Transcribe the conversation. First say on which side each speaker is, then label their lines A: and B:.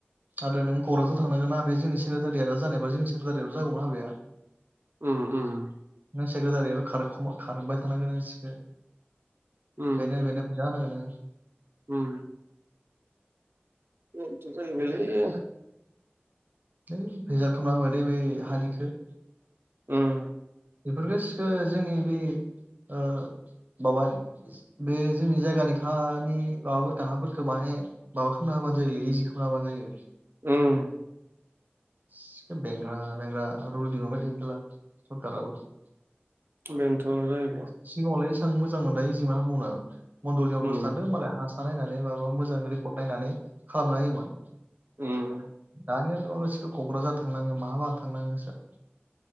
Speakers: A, on the right; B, on the right.
A: आद्रा नों क'क्राझार थांनांगोना बे जोंनि सेक्रेटारियेटआ जानायबा जोंनि सेक्रेटारियाव जागौमोन हाबाया।
B: उम उम
A: नों सेक्रेटारियेदाव खारखुम-खारबाय थानांगोन नोंङो सिखो
B: उम
A: बेनो बेनो फैसा होनांगोन नोंङो।
B: उम बेनोथ जाहैबायलै
A: हैइ भेजाल खालामना होबायलै बै हानिखो।
B: उम
A: बेफोरखो सिखो जोंनि बे ओ माबा बे जोंनि जायगानि खानि माबाफोरखो हाफोरखो माने माबा खालामना होबानो जायोलै इजि खालामना होबानो जायो।
B: उम
A: सिखो बेेंग्रा बेंग्रा रूल दिहुनबाय थायो केला। <unintelligible>
B: बेन्थ' जाहैबाय
A: सिगाङावलाय एसां मोजांमोन बाहाय इजिमोन हाबा मावनो मण्दलनियाव
B: उम
A: दसे थांदों मालाय हा नायनानै माबा मोजां रिपर्ट नायनानै खालामना होयोमोन।
B: उम
A: दानिया माबा सिखो क'क्राझार थांनांगो माहाबा थांनाङो सिखो